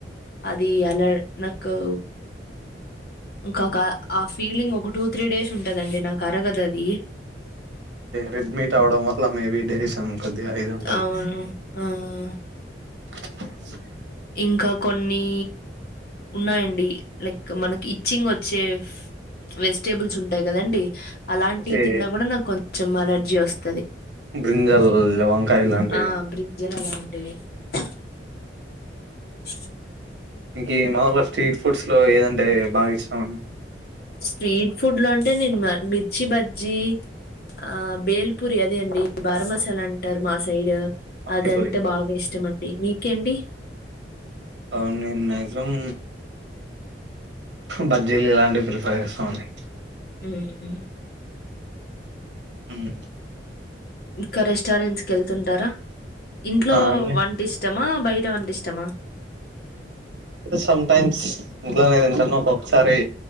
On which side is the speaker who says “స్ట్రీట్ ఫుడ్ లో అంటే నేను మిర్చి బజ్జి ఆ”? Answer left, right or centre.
Left